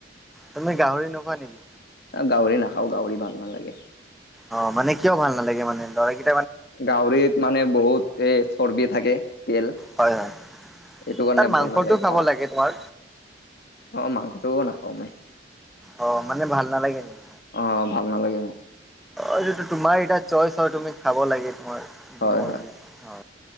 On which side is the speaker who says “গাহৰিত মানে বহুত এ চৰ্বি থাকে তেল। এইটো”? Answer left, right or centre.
Left